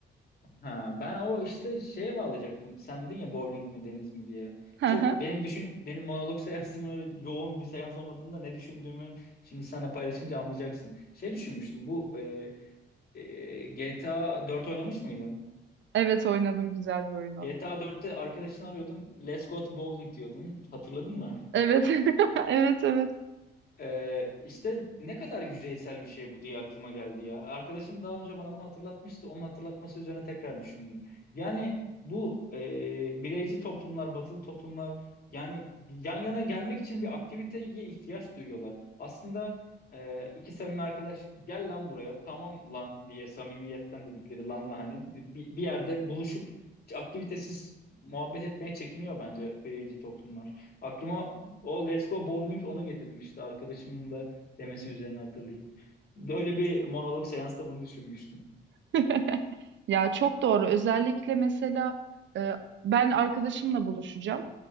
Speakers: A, on the left (about 50°); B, on the right (about 65°).
A: Ha, ben o işte şeye bağlayacaktım. Sen dedin ya bowling mi deniz mi diye.
B: <laughs>
A: Çok benim düşün benim monolog <laughs> seansımın öyle yoğun bir seans olmadığında ne düşündüğümü şimdi seninle paylaşınca anlayacaksın. Şey düşünmüştüm. Bu e, e, GTA 4 oynamış mıydın?
B: Evet oynadım güzel bir oyunu.
A: GTA 4'te arkadaşını arıyordun. Let's go to bowling diyordun. Hatırladın mı?
B: Evet. <laughs> Evet evet.
A: Ee, işte ne kadar yüzeysel bir şey bu diye aklıma geldi ya. Arkadaşım daha önce bana bunu hatırlatmıştı. Onun hatırlatması üzerine tekrar düşündüm. Yani bu e, bireyci toplumlar, batılı toplumlar yani bir- yan yana gelmek için bir aktiviteye ihtiyaç duyuyorlar. Aslında e, iki samimi arkadaş gel lan buraya tamam lan diye samimiyetten dedikleri lanla hani bir, bir yerde buluşup hiç aktivitesiz muhabbet etmeye çekiniyor bence bireyci toplumlar. Aklıma o Let's Go Bowling onu getirmişti arkadaşımın da demesi üzerine hatırlayıp. Böyle bir monolog seansta bunu düşünmüştüm.
B: <laughs> Ya çok doğru. Özellikle mesela e, ben arkadaşımla buluşacağım.